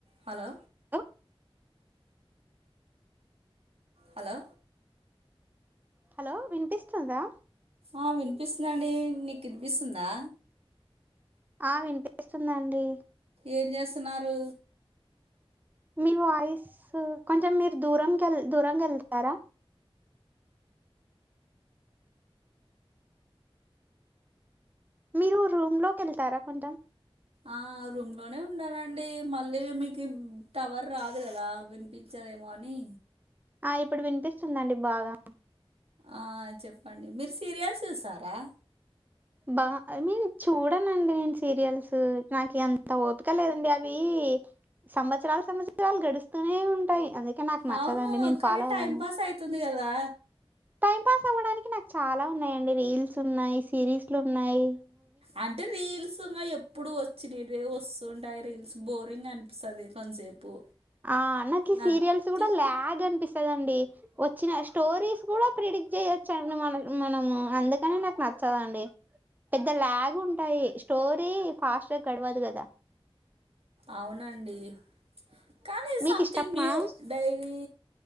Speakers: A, on the right (about 75°); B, on the right (about 15°).
A: Hello
B: hello
A: hello
B: hello వినిపిస్తుందా
A: ఆ వినిపిస్తుందండి నీకు వినిపిస్తుందా
B: ఆ వినిపిస్తుందండి
A: ఏం చేస్తున్నారు
B: మీ వాయిస్ కొంచెం మీరు దూరంకెల్ దూరంగెళ్తారా మీరు రూమ్ లోకి వెళ్తారా కొంచం
A: ఆ రూమ్ లోనే ఉన్నానండి మళ్ళీ మీకు టవర్ రాదు కదా వినిపించ దేమో అని
B: ఆ ఇప్పుడు వినిపిస్తుందండి బాగా
A: ఆ చెప్పండి మీరు సీరియల్స్ చూస్తారా
B: బా ఐ మీన్ చూడనండి నేను సీరియల్స్ నాకు ఎంత ఓపిక లేదండి అవి సంవత్సరాలు సంవత్సరాలు గడుస్తనే ఉంటాయి నాకు నచ్చదండి
A: అవును
B: నేను
A: కానీ
B: ఫాలో
A: టైం
B: అవ్వను
A: పాస్ అయితుంది కదా
B: టైం పాస్ అవ్వడానికి చాలా ఉన్నాయిండి రీల్స్ ఉన్నాయి సిరీస్లున్నాయి
A: అంటే రీల్స్ ఇగ ఎప్పుడు వచ్చినవే వచ్చు టాయి రీల్స్ బోరింగ్ అనిపిస్తది కొంతసేపు
B: ఆ నాకి
A: నథింగ్
B: సీరియల్స్ కూడా ల్యాగ్ అనిపిస్తదండి వచ్చిన స్టోరీస్ కూడా ప్రిడిక్ట్ చేయొచ్చండి మన మనము అందుకనే నాకు నచ్చదండి పెద్ద లాగ్ ఉంటాయి స్టోరీ ఫాస్ట్ గా గడవదు కదా
A: అవునండి కానీ
B: మీకిష్టమా?
A: సంథింగ్ న్యూ డైలీ